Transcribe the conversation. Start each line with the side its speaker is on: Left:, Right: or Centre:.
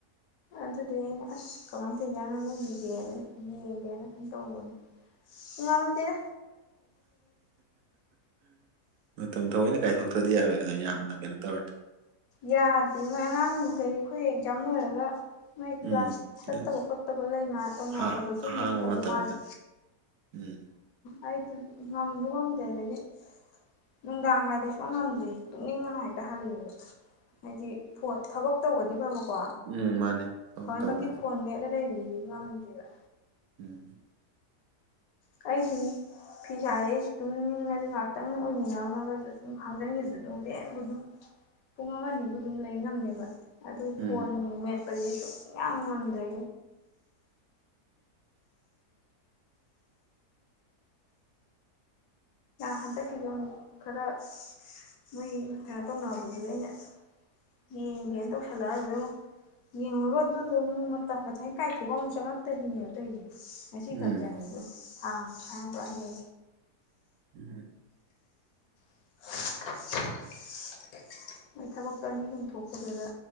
Left: ꯑꯗꯨꯗꯤ ꯑꯩꯅ ꯑꯁ ꯀꯃꯥꯏꯅ ꯇꯧꯏꯅꯪꯉꯨꯒꯤꯒꯦꯅ ꯌꯦꯡꯒꯦꯅ ꯁꯨꯝ ꯇꯧꯕꯅꯦ ꯉꯝꯗꯔ
Right: ꯃ ꯃꯇꯝꯝꯗ ꯍꯣꯏꯅꯦ ꯀꯥꯏꯊꯣꯛꯇ꯭ꯔꯗꯤ ꯌꯥꯔꯣꯏ ꯑꯗꯨꯅ ꯌꯥꯝꯅ ꯀꯩꯅꯣ ꯇꯧꯔꯗꯤꯦ
Left: ꯌꯥꯗꯦ ꯃꯣꯏ ꯑꯉꯥꯡ ꯀꯩ ꯑꯩꯈꯣꯏ ꯑꯦꯛꯖꯥꯝ ꯂꯣꯏꯔꯒ ꯃꯣꯏ ꯀ꯭ꯂꯥꯁ
Right: ꯎꯝ
Left: ꯆꯠꯇꯕ
Right: ꯑꯗꯨꯝ
Left: ꯈꯣꯠꯇꯕ ꯂꯩꯅ ꯇꯧꯅꯕꯗꯣ
Right: ꯍꯥ
Left: ꯑꯗꯨꯝꯕ
Right: ꯑꯍꯥꯡꯕ
Left: ꯇꯧꯕ
Right: ꯃꯇꯝꯗ
Left: ꯃꯥꯂꯦ
Right: ꯎꯝ
Left: ꯑꯩ ꯉꯝꯁꯨ ꯉꯝꯗꯦ ꯑꯗꯗꯤ ꯅꯨꯡꯗꯥꯡꯒꯗꯤ ꯁꯣꯛ ꯉꯝꯗ꯭ꯔꯤ ꯇꯨꯞꯅꯤꯡ ꯃꯅ ꯍꯦꯛꯇ ꯍꯜꯂꯤꯑꯕ ꯍꯥꯏꯗꯤ ꯐꯣꯟ ꯊꯕꯛ ꯇꯧꯒꯗꯤꯕ ꯑꯃꯀꯣ
Right: ꯎꯝ ꯃꯥꯅꯦ ꯇꯧ
Left: ꯊꯃꯣꯏꯃꯛꯀꯤ
Right: ꯇꯧꯈ꯭ꯔꯗꯤ
Left: ꯐꯣꯟ ꯃꯦꯠꯂ ꯂꯩꯔꯤꯗꯤ ꯉꯝꯅꯤꯡꯗꯦꯕ
Right: ꯎꯝ
Left: ꯀꯥꯏꯁꯨꯅꯤ ꯐꯤ ꯁ ꯍꯥꯏꯔꯦ ꯑꯩꯁꯨ ꯑꯗꯨꯝ ꯅꯤꯡꯉꯁꯨꯦ ꯉꯍꯥꯛꯇꯪ ꯑꯣꯏꯃꯤꯟꯅꯝꯃꯒꯁꯨ ꯁꯨꯝ ꯈꯥꯡꯖꯤꯟꯈꯤꯗꯨꯗꯅ ꯑꯗꯨꯝ ꯍꯣꯔꯦꯟꯕꯨ ꯑꯗꯨ ꯄꯨꯡ ꯑꯃꯅꯤꯕꯨ ꯑꯗꯨꯝ ꯂꯩ ꯉꯝꯅꯦꯕ ꯑꯗꯨ
Right: ꯎꯝ
Left: ꯐꯣꯟ ꯃꯠ ꯄꯁꯨ ꯌꯥꯝ ꯃꯥꯟꯗ꯭ꯔꯦ ꯍꯟꯗꯛꯀꯤ ꯑꯗꯨꯪ ꯈꯔ ꯃꯣꯏ ꯀꯩꯅꯣ ꯇꯧꯅꯕꯗꯨꯗ ꯑꯩꯅ ꯌꯦꯡꯒꯦꯅ ꯇꯧꯁꯜꯂꯛꯑ ꯑꯗꯨ ꯑꯃꯨꯛ ꯌꯦꯡꯉꯨꯔꯣ ꯑꯗꯨꯗ ꯃꯇꯝ ꯀꯊꯪ ꯀꯥꯏꯊꯣꯛꯑꯒ ꯑꯃꯨꯛ ꯆꯪꯉꯛꯇꯣꯏꯅꯦꯕ ꯑꯇꯩꯁ ꯉ ꯈꯔꯆꯅꯤ
Right: ꯎꯝ
Left: ꯑꯗꯨ ꯈꯥꯏ ꯄꯍꯤ
Right: ꯎꯝꯣꯏ
Left: <unintelligible> ꯃꯣꯏ ꯊꯕꯛꯇꯣ ꯑꯅꯤ ꯑꯍꯨꯝ ꯊꯣꯛꯄꯗꯨꯗ